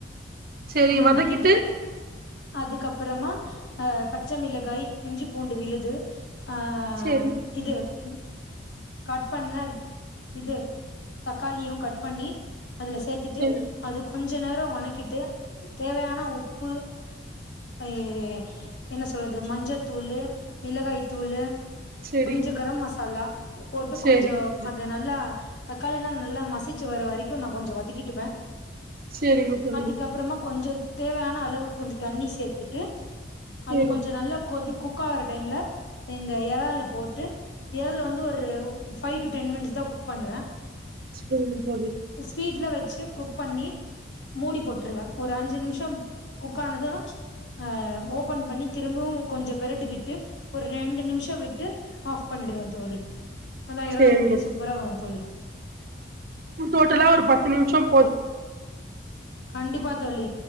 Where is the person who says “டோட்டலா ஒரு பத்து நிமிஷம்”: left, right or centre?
Right